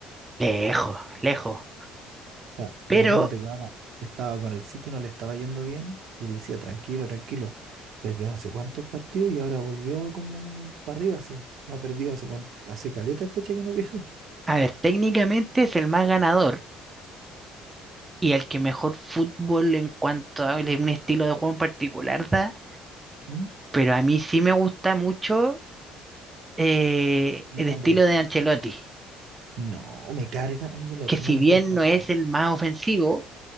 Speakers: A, on the right; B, on the right.
A: lejos, lejos.
B: O sea, imagínate
A: Pero,
B: que ahora estaba con el City, no le estaba yendo bien y él decía, tranquilo, tranquilo. Perdió no sé cuántos partidos y ahora volvió a como para arriba, así. No ha perdido hace cuánto, hace caleta de fecha que no pierde.
A: a ver, técnicamente es el más ganador y al que mejor fútbol en cuanto a un estilo de juego en particular da,
B: ¿Mm?
A: pero a mí sí me gusta mucho eh,
B: Luis
A: el estilo
B: Enrique.
A: de Ancelotti,
B: No, me carga Angelotti,
A: que si
B: no le
A: bien
B: encuentro
A: no es
B: nada.
A: el más ofensivo,